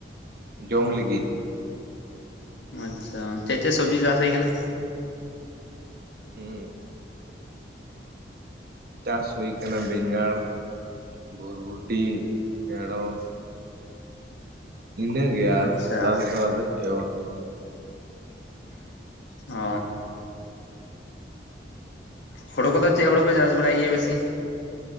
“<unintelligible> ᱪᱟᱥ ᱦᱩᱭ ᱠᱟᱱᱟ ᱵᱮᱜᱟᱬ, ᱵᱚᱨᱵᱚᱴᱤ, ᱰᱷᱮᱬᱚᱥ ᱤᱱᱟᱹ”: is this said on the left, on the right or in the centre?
Right